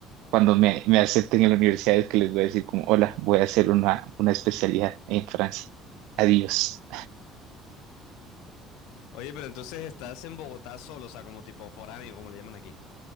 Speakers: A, on the right (about 60°); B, on the left (about 60°).
A: cuando me, me acepten en la universidad es que les voy a decir como, hola, voy a hacer una, una especialidad en Francia. Adiós.
B: Oye, pero entonces estás en Bogotá solo, o sea, como tipo foráneo, como le llaman aquí.